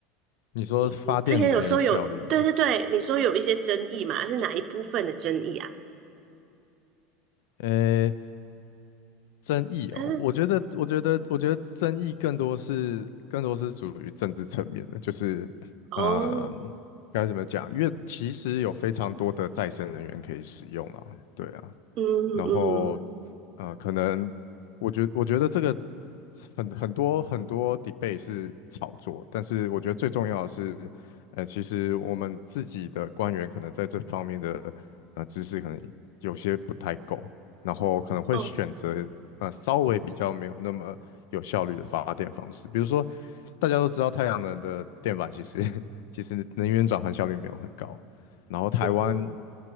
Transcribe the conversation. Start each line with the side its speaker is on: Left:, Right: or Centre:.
Left: 你说发电能源效率吗？
Right: 你你之前有说有，对对对，你说有一些争议嘛，是哪一部分的争议啊？
Left: 呃，争议哦，
Right: 但是
Left: 我觉得，我觉得，我觉得争议更多是更多是属于政治层面的，就是，
Right: 哦，
Left: 啊，该怎么讲？因为其实有非常多的再生人源可以使用啦，对啊，
Right: 嗯嗯
Left: 然后呃，可能我觉我觉得这个很很多很多 debate 是炒作，但是我觉得最重要的是，呃，其实我们自己的官员可能在这方面的呃知识可能有些不太够，然后可能会选择呃稍微比较没有那么有效率的发电方式，
Right: 哦
Left: 比如说大家都知道太阳能的电板其实 <laughs> 其实能源转换效率没有很高，然后台湾
Right: 嗯